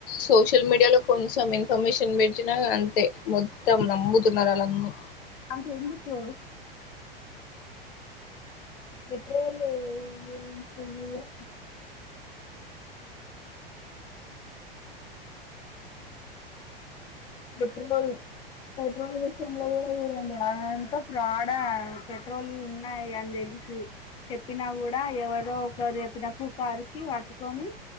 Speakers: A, on the left; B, on the left.
A: సోషల్ మీడియా లో కొంచెం ఇన్ఫర్మేషన్ బెట్టినా అంతే మొత్తం నమ్ముతున్నారా. లగము
B: అది ఎందుకో పెట్రోలో గురించి ఇయా పెట్టురోల్ పెట్రోల్ విషయంలో కూడా చూడండి అదంతా ఫ్రాడా ఆ పెట్రోలియి ఉన్నాయి. అందేల్ ఇసీవ్ చెప్పినా కూడా ఎవరో ఒకరు చెప్పిన పుకారుకి వట్టుకొని